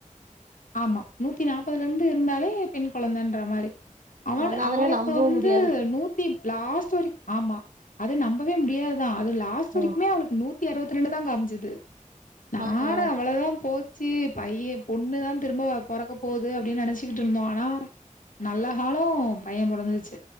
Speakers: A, on the left; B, on the right.
A: ஆமா நூத்தி நாப்பதுல இருந்து இருந்தாலே பெண் குழந்தன்ற மாரி அவள்
B: ஆனா அதெல்லா
A: அவளுக்கு
B: நம்பவு
A: வந்து
B: முடியாது
A: நூத்தி லாஸ்ட் வரைக் ஆமா அது நம்பவே முடியாதுதா அது லாஸ்ட் வரைக்குமே
B: ம்
A: அவளுக்கு நூத்தி அறுவத்தி ரெண்டு தா காமிச்சுது நானு
B: ஆ ஆ
A: அவ்ளோதா போச்சு பைய பொண்ணுதா திரும்ப பொறக்க போது அப்டின் நெனச் இண்டு மோனா நல்ல காலோ பைய பொறந்துருச்சு